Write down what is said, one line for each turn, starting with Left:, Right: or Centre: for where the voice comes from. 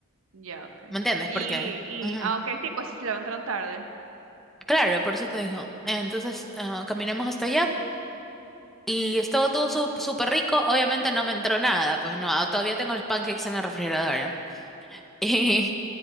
Right: Ya, ok.
Centre: ¿Me entiendes?
Right: Y,
Centre: Porque...
Right: y,
Centre: qué?
Right: ah, ok, sí, pues se levantaron tarde.
Centre: Claro, por eso te digo. Entonces, ah, caminamos hasta allá y estuvo todo su- súper rico. Obviamente no me entró nada, pues no, ah, todavía tengo los pancakes en la refrigeradora. <laughs> Y,